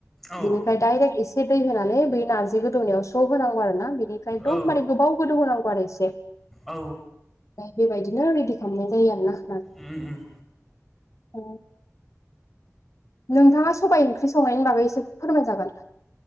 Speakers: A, in the centre; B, on the left.
A: औ
B: बिनिफाय दडाइरेक्ट एसे से दै होनानै बै नारजि गोदौनायाव स' होनांगौ आरो ना बेनिफ्राय एकदम
A: औ
B: माने गोबाव गोदौ होनांगौ आरो एसे।
A: औ
B: फाय बेबायदिनो रेडि खालामनाय जायो आरोना।
A: ओम ओम।
B: <unintelligible> नोंथाङा सबाय ओंख्रि संनायनि बागै एसे फोरमाय जागोन?